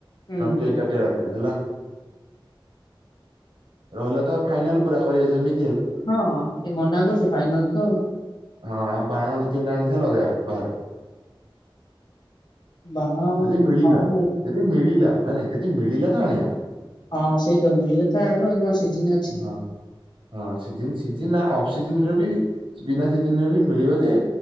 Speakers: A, on the left (about 55°); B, on the right (about 70°).
A: ହୁଁ
B: କେକ୍ କାଟିବା ରାତି। ହେଲା ରହିଲା ତ ଫାଇନାଲ ପୁର କରିବା ଯେମି
A: ହଁ କିଏ ମନା କରୁଛି ଫାଇନାଲ ତ ଆଉ।
B: ହଁ ଆଉ ବାଣ ଦି ତିନଟା ଆଣିଥବା ଲଗେଇବା ବାହାରେ।
A: ବାଣ
B: ଯଦି ମିଳିଲା
A: ହଁ
B: ଯଦି ମିଳିିଲା ନାଇ ନାଇ ଯଦି ମିଳିଲା ତ ଆଣିବା।
A: ହଁ ସେଇତ ମିଳିଲେ ତ ଆଣିବ ଏ କଣ ସିଜିନି ଅଛି।
B: ହଁ। ହଁ ସିଜିନ୍ ସିଜିନ୍ ନା ଅଫ ସିଜନରେ ବି ବିନା ସିଜନ ରେ ବି ମିଳିବ ଯେ